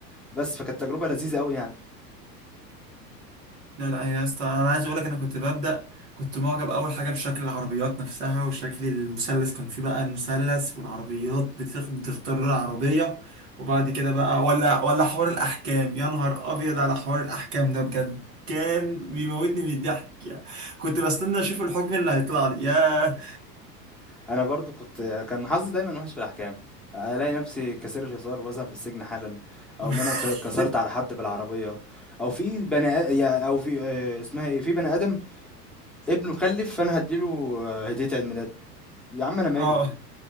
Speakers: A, in the centre; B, on the right.
A: بس فكانت تجربة لذيذة أوي يعني.
B: لا لا يا اسطى انا عايز اقول لك انا كنت ببدا كنت معجب اول حاجه بشكل العربيات نفسها وشكل المثلث كان فيه بقى المثلث والعربيات بتاخد بتختار لون عربيه وبعد كده بقى ولا ولا حوار الاحكام يا نهار ابيض على حوار الاحكام ده بجد كان بيموتني من الضحك يعني. كنت بستنى اشوف الحكم اللي هيطلع لي ياه
A: انا برضو كنت كان حظي دايما وحش في الاحكام الاقي نفسي كسر الهزار واذهب للسجن حالا او
B: <laughs>
A: ان انا ك- كسرت على حد بالعربيه او في بني آ- يا- او في آه، اسمها ايه في بني ادم ابنه خلف فانا هديله آه، هديه عيد ميلاد يا عم انا مالي
B: اه